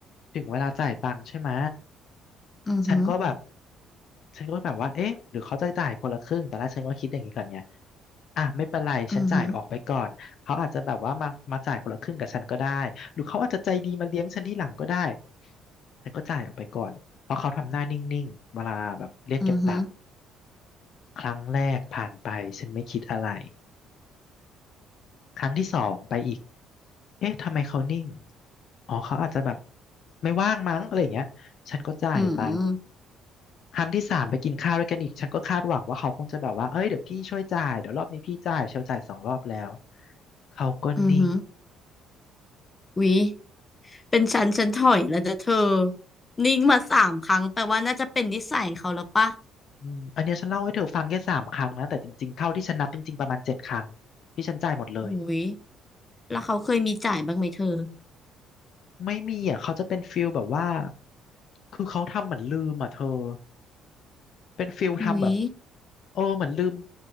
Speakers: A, on the left (about 60°); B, on the left (about 25°).
A: ถึงเวลาจ่ายตังค์ใช่ไหม
B: อือหือ
A: ฉันก็แบบฉันก็แบบว่าเอ๊ะหรือเขาจะจ่ายคนละครึ่งตอนแรกฉันก็คิดอย่างนี้ก่อนไงอ่ะไม่เป็นไรฉันจ่ายออกไปก่อน
B: อือหือ
A: เขาอาจจะแบบว่ามามาจ่ายคนละครึ่งกับฉันก็ได้หรือเขาอาจจะใจดีมาเลี้ยงฉันที่หลังก็ได้ ฉันก็จ่ายออกไปก่อนเพราะเขาทำหน้านิ่งๆ เวลาแบบเรียกเก็บตังค์
B: อือหือ
A: ครั้งแรกผ่านไปฉันไม่คิดอะไร ครั้งที่สองไปอีกเอ๊ะทำไมเขานิ่งอ๋อเขาอาจจะแบบไม่ว่างมั้งอะไรอย่างเงี้ยฉันก็จ่ายไป
B: อือหือ
A: ครั้งที่สามไปกินข้าวด้วยกันอีก ฉันก็คาดหวังว่าเขาคงจะแบบว่าเอ้ยเดี๋ยวพี่ช่วยจ่ายเดี๋ยวรอบนี้พี่จ่ายเชลจ่ายสองรอบแล้ว เขาก็นิ่ง
B: อือหือวิเป็นฉันฉันถอยแล้วนะเธอนิ่งมาสามครั้งแปลว่าน่าจะเป็นนิสัยเขาแล้วปะ
A: อืมอันเนี้ยฉันเล่าให้เธอฟังแค่สามครั้งนะแต่จริงๆเท่าที่ฉันนับจริงๆประมาณเจ็ดครั้งที่ฉันจ่ายหมดเลย
B: อุ้ยแล้วเขาเคยมีจ่ายบ้างไหมเธอ
A: ไม่มีอ่ะเขาจะเป็นฟิลแบบว่าคือเขาทำเหมือนลืมอ่ะเธอ เป็นฟิลทำแบบ
B: อุ้ย
A: โอ้เหมือนลืม